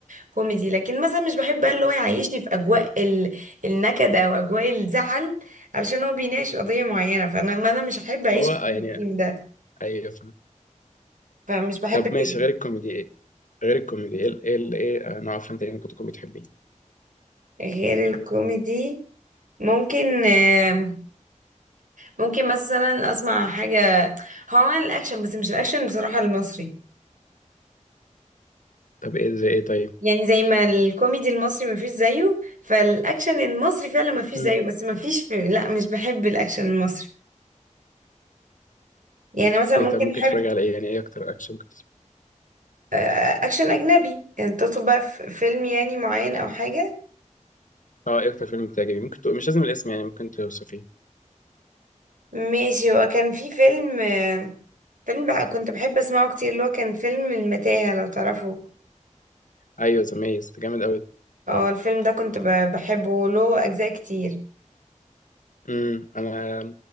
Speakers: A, on the right; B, on the left.
A: كوميدي لكن مثلا مش بحب بقى اللي هو يعيشني في اجواء ال... النكد او اجواء الزعل علشان هو بيناقش قضية معينة فانا ما انا مش هحب اعيش
B: هو
A: في
B: يعني
A: الفيلم ده
B: ايوه
A: فمش بحب
B: طب
A: كده
B: ماشي غير الكوميدي ايه غير الكوميدي ايه ال- ايه ال- ايه نوع افلام تاني ممكن تكون بتحبيه
A: غير الكوميدي ممكن آم، ممكن مثلا اسمع حاجة هو عمل الاكشن بس مش الاكشن بصراحة المصري
B: طب ايه زي ايه طيب
A: يعني زي ما الكوميدي المصري مفيش زيه فالاكشن المصري فعلا مفيش
B: مم.
A: زيه بس مفيش في... لا مش بحب الاكشن المصري يعني مثلا ممكن
B: إيه طب ممكن
A: احب
B: تتفرج على ايه يعني ايه اكتر اكشن ممكن تتفرج
A: آه، اكشن اجنبي يعني تطلب بقى في فيلم يعني معين او حاجه
B: اه ايه اكتر فيلم بتعجبك ممكن تقول مش لازم الاسم يعني ممكن توصفيه
A: ماشي هو كان في فيلم آه، فيلم بقى كنت بحب اسمعه كتير اللي هو كان فيلم المتاهه لو تعرفوا
B: ايوه ذا ميز ده جامد قوي
A: اه الفيلم ده كنت ب- بحبه له اجزاء كتير
B: امم انا